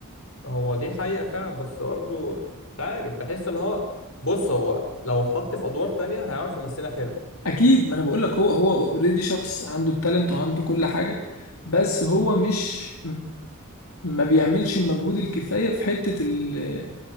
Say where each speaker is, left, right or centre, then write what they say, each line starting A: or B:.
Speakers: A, on the left; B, on the left.
A: هو دي حقيقه فعلا بس برضه مش عارف بحس ان هو بص هو لو اتحط في ادوار تانية هيعرف يمثلها حلو
B: اكيد ما انا بقول لك هو هو اوريدي شخص عنده التالنت وعنده كل حاجة بس هو مش ما بيعملش المجهود الكفاية في حتة ال...